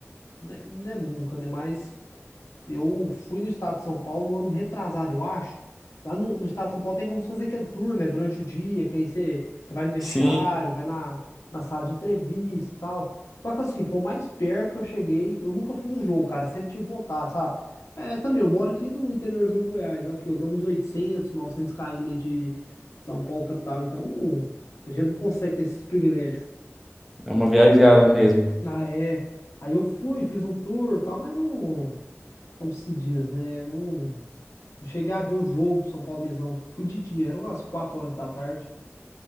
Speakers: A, on the left (about 80°); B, in the centre.
A: né, não é nunca, né? Mas eu fui no estado de São Paulo ano retrasado, eu acho. Lá no, no estado de São Paulo tem como você fazer aquele tour, né? Durante o dia, que aí você, você vai no vestiário,
B: Sim,
A: vai na, na sala de entrevista e tal. Só que assim, foi o mais perto que eu cheguei. Eu nunca fui no jogo, cara. Sempre tive vontade, sabe? É, também, eu moro aqui no interiorzinho do Goiás, dá o quê? Eu dou uns oitocentos novecentos km de São Paulo, capital. Então, não, a gente não consegue ter esses privilégios.
B: é uma viajada mesmo.
A: Ah, é. Aí eu fui, fiz um tour e tal, mas não. Como se diz, né? Não, não cheguei a ver o jogo do São Paulo mesmo, não. Fui de dia, eram as 4 horas da tarde.